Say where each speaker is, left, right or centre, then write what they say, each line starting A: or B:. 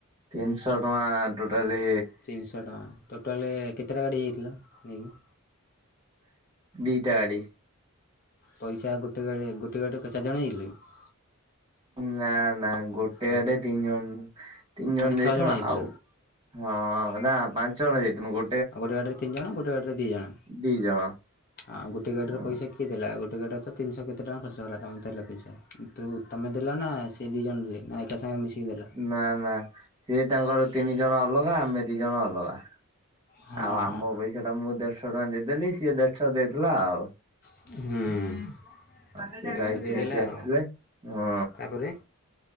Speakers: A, on the right; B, on the left.
A: ତିନିଶହ ଟଙ୍କା ଟୋଟାଲି
B: ତିନିଶହ ଟଙ୍କା। ଟୋଟାଲ କେତେଟା ଗାଡି ଯାଇଥିଲ ନେଇକି?
A: ଦିଟା ଗାଡି।
B: ପଇସା ଗୋଟେ ଗାଡି ଗୋଟେ ଗାଡିରେ କେତେ ଚାରି ଯାଇଥିଲ କି?
A: ନା ନା ଗୋଟେ
B: ଆଉ
A: ଗାଡିରେ ତିନି ଜଣ, ତିନି
B: ମାନେ
A: ଜଣ
B: ଛଅ
A: ଯାଇଥିଲୁ।
B: ଯାଇଥିଲ
A: ଆଉ ହଁ। ନା ପାଞ୍ଚ ଜଣ ଯାଇଥିଲୁ। ଗୋ
B: ଆଉ ଗୋଟେ ଗାଡ଼ିରେ ତିନି ଜଣ ଗୋଟେ ଗାଡ଼ିରେ ଦିଜଣ
A: ଦି ଜଣ।
B: ଆଉ ଗୋଟେ ଗାଡ଼ିର
A: ହଁ
B: ପଇସା କି କିଏ ଦେଲା ଗୋଟେ ଗାଡ଼ର ତିନିଶହ କେତେ ଟଙ୍କା ଖର୍ଚ୍ଚ ହେଲା ତମ ତେଲ ପଇସା ତୁ ତମେ ଦେଲନା ସି ସେ ଦି ଜଣ ଥିଲେ ମାନେ ଏକା ସାଙ୍ଗରେ ମିଶିକି ଦେଲ
A: ନା ନା ସିଏ ତାଙ୍କର ତିନିଜଣ ଅଲଗା ଆମେ ଦିଜଣ ଅଲଗା
B: ହଁ
A: ଆଉ ଆମ ପଇସାଟା ମୁଁ ଦେଢ଼ଶହ ଟଙ୍କା ଦେଇଦେଲି ସିଏ ଦେଢ଼ ଶହ ଦେଇଦେଲା ଆଉ
B: ହୁଁ।
A: ସେ
B: ଦେଢ଼ଶହ
A: ବାଇକି
B: ଦେଇଦେଲା
A: ନେଇକି ଆଇଥିଲେ
B: ଆଉ
A: ହଁ
B: ତାପରେ